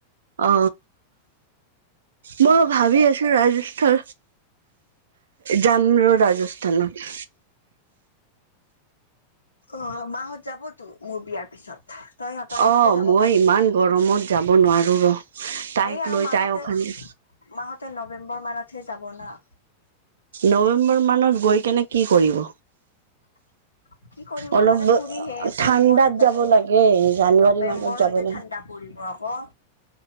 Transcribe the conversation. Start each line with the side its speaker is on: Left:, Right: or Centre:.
Right: অ মই
Left: অ
Right: ভাবি আছো ৰাজস্থান যাম ৰ ৰাজস্থানত
Left: অহা মাহত যাবতো মোৰ বিয়াৰ পিছত তই সিহঁতৰ লগতে
Right: অ
Left: যাব
Right: মই
Left: পাৰিবি
Right: ইমান গৰমত যাব নোৱাৰো ৰ তাইক
Left: এইেই আৰু
Right: লৈ
Left: মা
Right: তাই
Left: হতে
Right: অশান্তি
Left: মা হতে নৱেম্বৰ মানতহে যাব না
Right: নৱেম্বৰ মানত গৈ কিনে কি কৰিব
Left: <unintelligible> কি কৰিব
Right: অলপ
Left: মানে ফুৰিহে
Right: ঠাণ্ডাত
Left: ফুৰিবহে যাব
Right: লাগে জানুৱাৰী
Left: নৱেম্বৰতে
Right: মানত যাব লাগে।
Left: ঠাণ্ডা পৰিব আকৌ